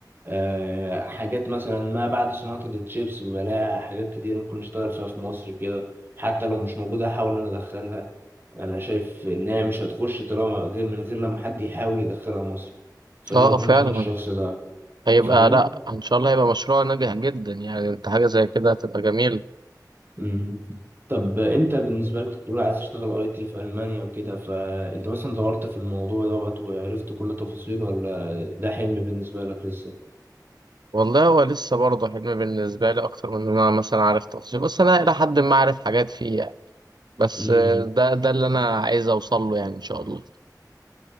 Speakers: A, on the right; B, on the right.
A: آه، حاجات مثلا ما بعد صناعة التشيبس بيبقى لها حاجات كتير ممكن نشتغل فيها في مصر كده حتى لو مش موجودة أحاول أنا أدخلها أنا شايف إنها مش هتخش طالما غير من غير لما حد يحاول يدخلها مصر فليه
B: اه
A: ما أكونش
B: فعلا
A: أنا الشخص ده
B: هيبقى
A: فاهم؟
B: لا ان شاء الله هيبقى مشروع ناجح جدا يعني انت حاجه زي كده هتبقى جميل
A: مم. طب أنت بالنسبة لك تقول عايز تشتغل أي تي في ألمانيا وكده فأنت مثلا دورت في الموضوع دوت وعرفت كل تفاصيله ولا ده حلم بالنسبة لك لسه؟
B: والله هو لسه برضه حلم بالنسبه لي اكتر من ان انا مثلا عارف تفاصيل بس انا الى حد ما عارف حاجات فيه يعني بس
A: مم.
B: آه، ده ده اللي انا عايز اوصل له يعني ان شاء الله